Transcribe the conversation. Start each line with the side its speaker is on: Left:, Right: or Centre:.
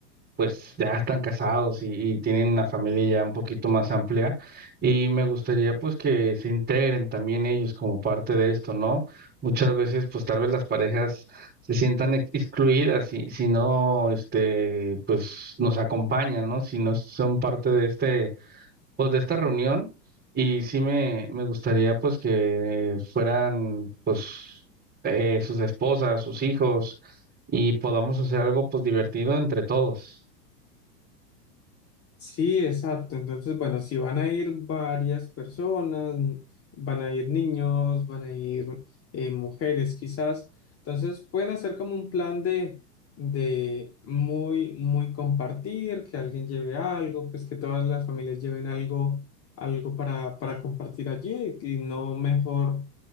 Right: pues ya están casados y, y tienen una familia ya un poquito más amplia. Y me gustaría pues que se integren también ellos como parte de esto, ¿no? Muchas veces pues tal vez las parejas se sientan ex- excluidas si, si no, este, pues nos acompañan, ¿no? Si no son parte de este pues de esta reunión y sí me, me gustaría pues que fueran pues eh, sus esposas, sus hijos y podamos hacer algo pues divertido entre todos.
Left: Sí, exacto. Entonces, bueno, si van a ir varias personas, mm, van a ir niños, van a ir eh, mujeres quizás, entonces pueden hacer como un plan de, de muy, muy compartir, que alguien lleve algo, pues que todas las familias lleven algo, algo para, para compartir allí y no mejor